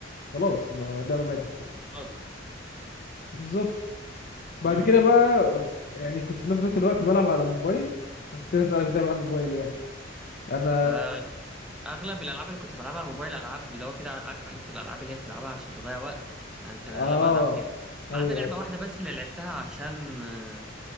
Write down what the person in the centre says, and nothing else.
باظت
امم
آه، اغلب الالعاب اللي كنت بلعبها على الموبايل العاب اللي هو كده عارفه انت الالعاب اللي هي بتلعبها عشان تضيع وقت انا كان
اغلبها العاب كده
ما عدا لعبه واحده بس اللي لعبتها عشان آه،